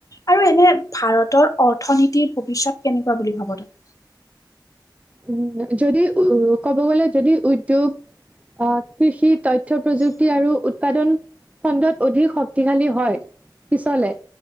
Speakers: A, on the left (about 45°); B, on the right (about 15°).
A: আৰু এনে, ভাৰতৰ অৰ্থনীতিৰ ভৱিষ্যত কেনেকুৱা বুলি ভাব তই?
B: উম, যদি উ ক'ব গ'লে যদি উদ্যোগ আ কৃষি তথ্য প্ৰযুক্তি আৰু উৎপাদন খণ্ডত অধিক শক্তিশালী হয়, পিছলে।